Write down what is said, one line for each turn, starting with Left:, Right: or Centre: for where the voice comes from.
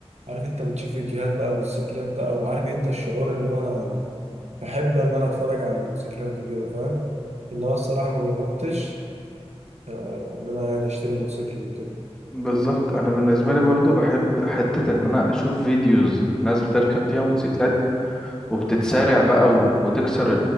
Right: عارف انت بتشوف فيديوهات بقى موتوسيكلات بقى وعارف انت الشعور اللي هو انا بحب ان انا اتفرج على الموتوسيكلات وكده فاهم ان انا الصراحه ما جربتش آه، ان انا يعني اشتري موتوسيكل وكده
Centre: بالظبط انا بالنسبة لي برضو بحب حتة ان انا اشوف فيديوز الناس بتركب فيها موتوسيكلات وبتتسارع بقى و- وتكسر